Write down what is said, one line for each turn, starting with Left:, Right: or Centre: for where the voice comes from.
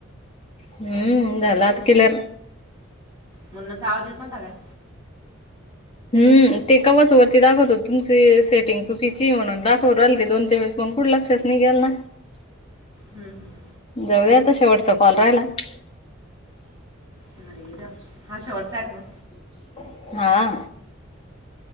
Left: हम झाल आता क्लियर.
Right: म्हणुनच आवाज येत नव्हता काय? <inaudible>
Left: हम्म ते कवाच वरती दाखवतो तुमची सेटिंग चुकीची म्हणून दाखवून राहिलते दोन, तीनवेळेस म कुठं लक्षच नाही गेल ना.
Right: हम हम.
Left: जाऊदे आता शेवटचा कॉल राहिला. <inaudible>
Right: अरे <unintelligible> हा शेवटचा आहेत मग.
Left: <inaudible> हा आ <inaudible>